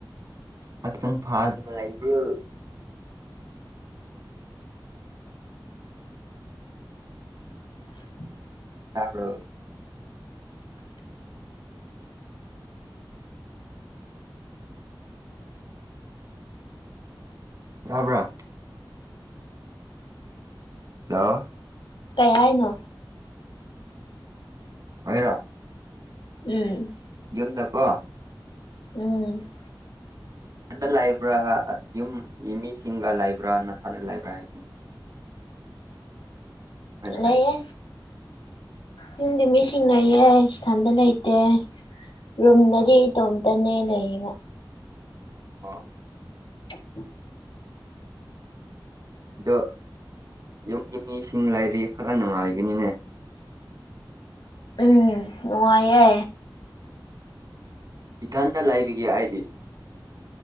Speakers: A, on the right; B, on the left.
A: ꯍꯛꯆꯥꯡ ꯐꯥꯗꯨꯅ ꯂꯩꯕ꯭ꯔꯣ
B: <inaudible>
A: ꯇꯥꯕꯔꯣ ꯌꯥꯕ꯭ꯔꯥ ꯂꯣ
B: ꯀꯩ ꯍꯥꯏꯅꯣ꯫
A: <unintelligible>
B: ꯎꯝ꯫
A: ꯌꯨꯝꯗꯀꯣ꯫
B: ꯎꯝ
A: ꯅꯊꯟꯗ ꯂꯥꯛꯏꯕ꯭ꯔꯥ ꯌꯨꯝꯒꯤ ꯃꯤꯁꯤꯡꯒ ꯂꯩꯕ꯭ꯔꯥꯅꯊꯥꯟꯗ ꯂꯩꯕ꯭ꯔꯥ ꯍꯥꯏꯕꯅꯤ꯫ ꯑꯩꯅ
B: ꯂꯩꯌꯦ
A: ꯍꯥꯏꯕ
B: ꯌꯨꯝꯗꯤ ꯃꯤꯁꯤꯡ ꯂꯩꯌꯦ꯫ ꯏꯊꯟꯇ ꯂꯩꯇꯦ ꯔꯨꯝꯗꯗꯤ ꯏꯇꯣꯝꯇꯅꯦ ꯂꯩꯌꯦꯕ
A: ꯑꯣ
B: <inaudible>
A: ꯑꯗꯣ ꯌꯨꯝꯒꯤ ꯃꯤꯁꯤꯡ ꯂꯩꯥꯔꯤ ꯈꯔ ꯅꯨꯡꯉꯥꯏꯒꯅꯤꯅꯦ꯫
B: ꯎꯝ ꯅꯨꯡꯉꯥꯏꯌꯦ
A: ꯏꯊꯟꯗ ꯂꯩꯕꯒꯤ ꯑꯥꯏꯗꯤ꯫